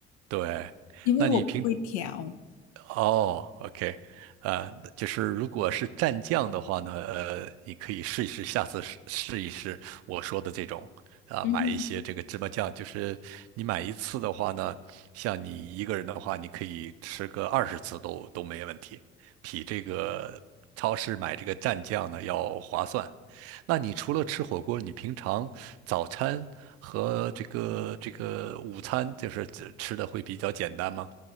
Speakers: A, on the right; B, on the left.
A: 对，
B: 因为我不会调。
A: 那你平哦，OK，呃，就是如果是蘸酱的话呢，呃，你可以试一试，下次试试一试我说的这种，啊、
B: 嗯，
A: 买一些这个芝麻酱，就是你买一次的话呢，像你一个人的话，你可以吃个二十次都都没问题，比这个超市买这个蘸酱呢要划算。那你除了吃火锅，你平常早餐和这个这个午餐，就是吃吃的会比较简单吗？